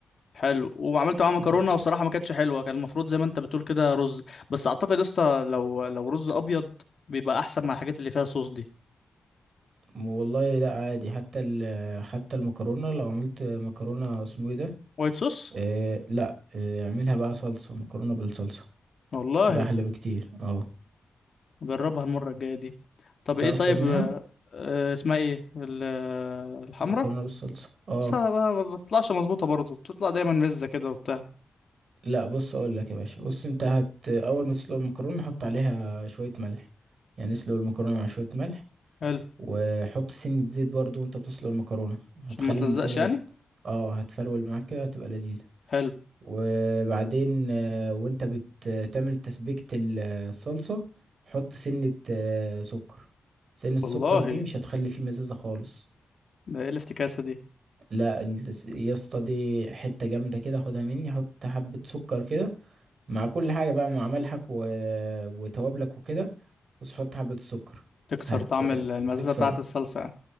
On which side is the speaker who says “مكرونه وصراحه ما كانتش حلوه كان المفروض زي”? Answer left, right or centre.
Left